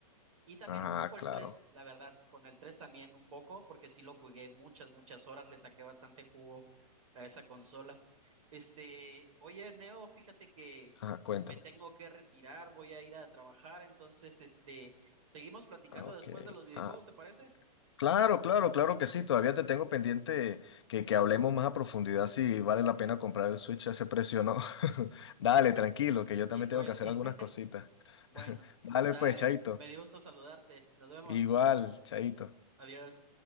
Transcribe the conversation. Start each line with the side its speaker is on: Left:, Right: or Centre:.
Right: Y también
Left: Ajá,
Right: un poco el
Left: claro.
Right: tres la verdad, con el 3 también un poco, porque sí lo jugué muchas, muchas horas, le saqué bastante jugo a esa consola. Este, oye, Neo, fíjate que
Left: Ajá, cuéntame.
Right: me tengo que retirar, voy a ir a trabajar, entonces, este, seguimos platicando
Left: Ok.
Right: después de los videojuegos,
Left: Ah,
Right: ¿te parece?
Left: claro, claro, claro que sí. Todavía te tengo pendiente que, que hablemos más a profundidad si vale la pena comprar el Switch a ese precio o no. <laughs> Dale, tranquilo,
Right: Sí,
Left: que yo también
Right: pues,
Left: tengo que hacer
Right: <laughs>
Left: algunas cositas.
Right: bueno,
Left: <laughs> Dale,
Right: sale.
Left: pues, Chaito.
Right: Me dio gusto saludarte. Nos vemos.
Left: Igual, Chaito.
Right: Adiós.